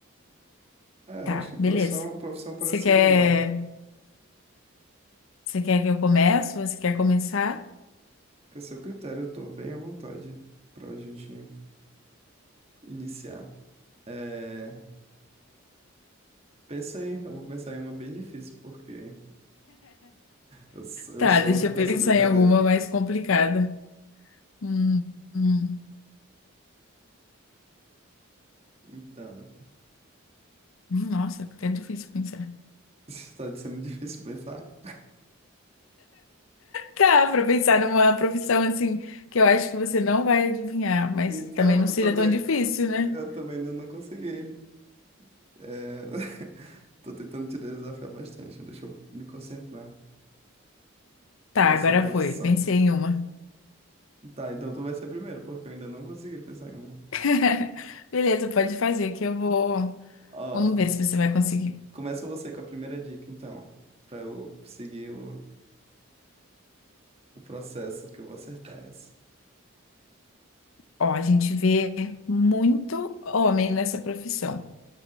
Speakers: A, on the right; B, on the left.
A: É,
B: Tá,
A: eu acho que profissão,
B: beleza.
A: profissão parece
B: Você quer,
A: ser legal.
B: você quer que eu comece? Você quer começar?
A: Fica a seu critério, eu tô bem à vontade pra gente iniciar. É, pensa aí, eu vou pensar em uma bem difícil, porque eu, s- eu
B: Tá,
A: sofro
B: deixa eu
A: com
B: pensar
A: essa brincadeira.
B: em alguma mais complicada. Hum, hum.
A: Então,
B: Nossa, até é difícil pensar.
A: <laughs> está sendo difícil pensar?
B: Tá, pra pensar numa profissão assim que eu acho que você não vai adivinhar, mas
A: Então,
B: que também não
A: eu
B: seja
A: também,
B: tão difícil, né?
A: eu também ainda não consegui. É, <laughs> tô tentando te desafiar bastante, deixa eu me concentrar.
B: Tá,
A: nessa
B: agora
A: profissão?
B: foi. Pensei em uma.
A: Tá, então tu vai ser primeiro, porque eu ainda não consegui pensar em uma.
B: <laughs> Beleza, pode fazer que eu vou.
A: Ó,
B: Vamos ver se você vai conseguir.
A: começa você com a primeira dica, então, pra eu seguir o, o processo que eu vou acertar essa.
B: Ó, a gente vê muito homem nessa profissão.